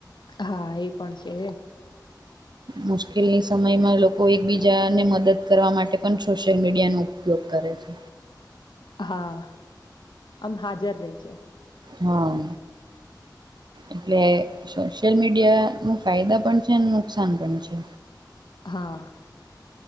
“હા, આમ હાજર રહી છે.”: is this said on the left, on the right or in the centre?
Left